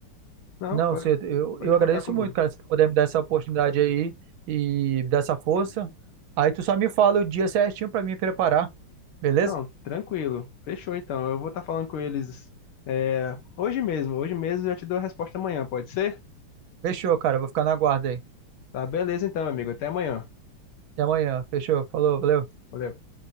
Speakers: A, on the left; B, on the right.
A: Não,
B: Não,
A: pode,
B: se, eu,
A: pode
B: eu agradeço
A: contar comigo.
B: muito, cara, se tu puder me dar essa oportunidade aí e me dar essa força. Aí tu só me fala o dia certinho pra me preparar, beleza?
A: Não, tranquilo. Fechou então. Eu vou estar falando com eles é, hoje mesmo. Hoje mesmo eu já te dou a resposta amanhã, pode ser?
B: Fechou, cara, eu vou ficar na guarda aí.
A: Tá, beleza então, amigo. Até amanhã.
B: Até amanhã. Fechou. Falou, valeu.
A: Valeu.